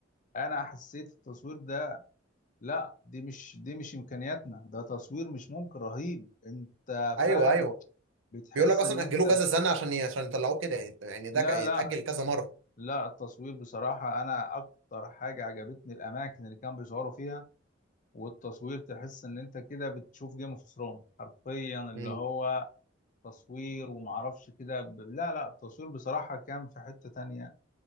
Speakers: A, on the left; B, on the right.
A: انا حسيت التصوير ده لا دي مش دي مش امكانياتنا ده تصوير مش ممكن رهيب انت
B: ايوه
A: فاهم
B: ايوه
A: بتحس
B: بيقول لك اصلا
A: ان انت
B: اجلوه كذا
A: في...
B: سنه عشان ي- عشان يطلعوه كده يعني ده
A: لا
B: كان
A: لا
B: يتاجل كذا مره
A: لا التصوير بصراحة أنا أكتر حاجة عجبتني الأماكن اللي كانوا بيصوروا فيها والتصوير تحس إن أنت كده بتشوف جيم اوف ثرونز حرفيا اللي
B: مم.
A: هو تصوير ومعرفش كده ب... لا لا التصوير بصراحة كان في حتة تانية